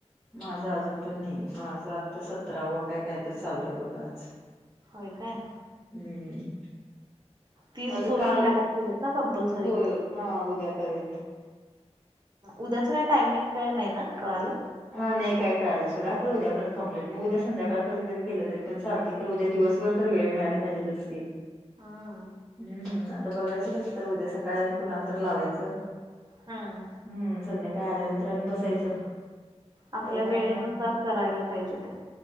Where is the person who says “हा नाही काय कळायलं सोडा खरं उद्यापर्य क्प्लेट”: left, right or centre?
Centre